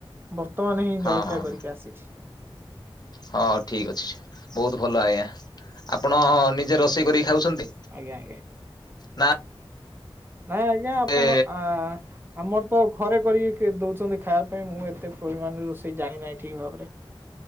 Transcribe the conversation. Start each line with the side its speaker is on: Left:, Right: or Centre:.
Right: ବର୍ତ୍ତମାନ ହିଁ
Left: ହଁ
Right: ଜଳଖିଆ
Left: ହଁ
Right: କରିକି ଆସିଛି।
Left: ହଁ ଠିକ୍ ଅଛି ବହୁତ ଭଲ ଆଜ୍ଞା ଆପଣ ନିଜେ
Right: ଆଜ୍ଞା
Left: ରୋଷେଇ କରିକି ଖାଉଛନ୍ତି।
Right: ଆଜ୍ଞା ଆଜ୍ଞା।
Left: ନା
Right: ନାଇଁ ଆଜ୍ଞା ଆପଣ
Left: ଏ
Right: ଆ ଆମର ତ ଘରେ କରିକି ଦଉଚନ୍ତି ଖାଇବା ପାଇଁ, ମୁଁ ଏତେ ପରିମାଣରେ ରୋଷେଇ ଜାଣି ନାହିଁ ଠିକ୍ ଭାବରେ।